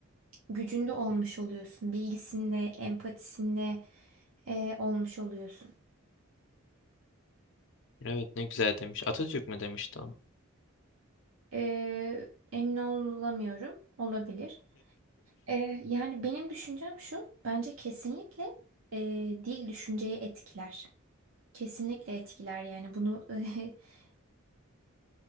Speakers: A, on the right; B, on the left.
A: gücünde olmuş oluyorsun. Bilgisinde, empatisinde e, olmuş oluyorsun.
B: Evet ne güzel demiş. Atatürk mü demişti onu?
A: E, emin olamıyorum. Olabilir. E, yani benim düşüncem şu. Bence kesinlikle e, dil düşünceyi etkiler. Kesinlikle etkiler yani bunu <laughs>